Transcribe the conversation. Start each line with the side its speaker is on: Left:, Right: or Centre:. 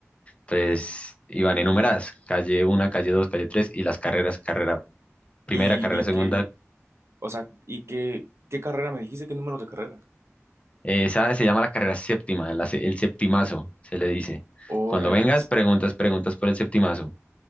Left: Entonces, iban enumeradas, calle 1, calle 2, calle 3 y las carreras, carrera primera,
Right: Y,
Left: carrera
Right: y
Left: segunda.
Right: que, o sea, y qué ¿qué carrera me dijiste? ¿Qué número de carrera?
Left: Eh, Esa se llama la carrera séptima, la se- el septimazo, se le dice.
Right: Órale,
Left: Cuando vengas, preguntas, preguntas por el septimazo.